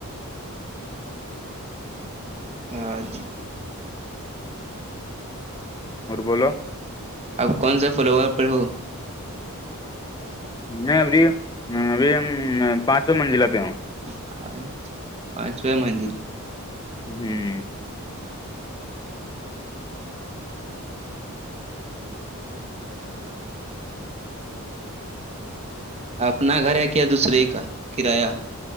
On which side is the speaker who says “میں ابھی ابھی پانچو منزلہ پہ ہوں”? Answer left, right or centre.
Left